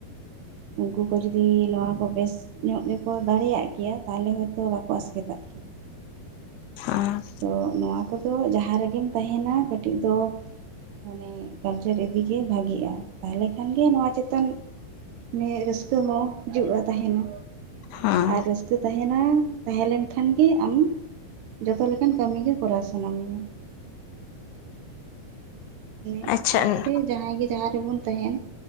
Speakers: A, on the right; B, on the left.
A: ᱩᱱᱠᱩ ᱠᱚ ᱡᱚᱫᱤ ᱱᱚᱣᱟ ᱠᱚ ᱵᱮᱥ ᱧᱚᱜ ᱜᱮᱠᱚ ᱫᱟᱲᱮᱭᱟᱜ ᱠᱮᱭᱟ, ᱛᱟᱦᱚᱞᱮ ᱦᱚᱭᱛᱳ ᱵᱟᱠᱚ ᱟᱥᱠᱮᱛᱟᱜ ᱠᱮᱭᱟ ᱾
B: ᱟᱨ
A: ᱛᱚ ᱱᱚᱣᱟ ᱠᱚᱫᱚ ᱡᱟᱦᱟᱸ ᱨᱮᱜᱮᱢ ᱛᱟᱦᱮᱸᱱᱟ ᱠᱟᱹᱴᱤᱡ ᱫᱚ ᱢᱟᱱᱮ ᱠᱟᱞᱪᱟᱨ ᱤᱫᱤᱜᱮ ᱵᱷᱟᱹᱜᱤᱜᱼᱟ ᱛᱟᱦᱚᱞᱮ ᱠᱷᱟᱱ ᱜᱮ ᱱᱚᱣᱟ ᱪᱮᱛᱟᱱ ᱢᱟᱱᱮ ᱨᱟᱹᱥᱠᱟᱹ ᱦᱚᱸ ᱦᱤᱡᱩᱜᱼᱟ ᱛᱟᱸᱦᱮᱸᱱᱟ᱾
B: ᱦᱮᱸ ᱦᱮᱸ
A: ᱟᱨ ᱨᱟᱹᱥᱠᱟᱹ ᱛᱟᱦᱮᱸᱱᱟ ᱾ ᱛᱟᱦᱮᱸᱞᱱᱠᱷᱟᱱ ᱜᱮ ᱟᱢ ᱡᱚᱛᱚ ᱞᱮᱠᱟ ᱞᱮᱠᱟᱱ ᱠᱟᱹᱢᱤ ᱜᱮ ᱠᱚᱨᱟᱣ ᱥᱟᱱᱟ ᱢᱮᱭᱟ ᱾ ᱦᱮᱸᱻ
B: ᱟᱪᱪᱷᱟ
A: ᱚᱱᱟᱛᱮ
B: ᱦᱩᱸ
A: ᱡᱟᱦᱟᱸᱭ ᱜᱮ ᱡᱟᱦᱟᱸ ᱨᱮᱵᱚᱱ ᱛᱟᱦᱮᱸᱱ,